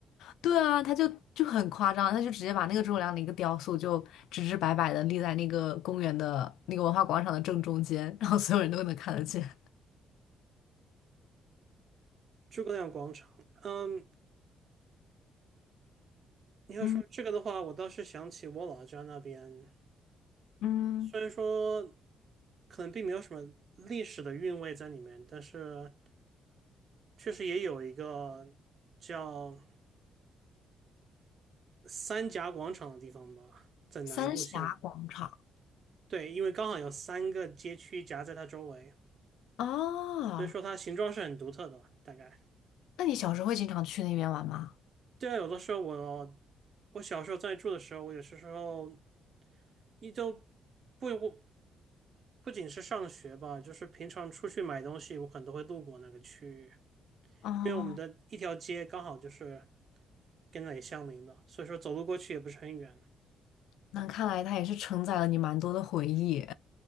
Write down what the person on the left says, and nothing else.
对啊，他就就很夸张，他就直接把那个诸葛亮的一个雕塑就直直白白的立在那个公园的那个文化广场的正中间，然后所有人都能看得见。
嗯
嗯，
三峡广场
哦，
那你小时候会经常去那边玩吗？
哦
那看来它也是承载了你蛮多的回忆。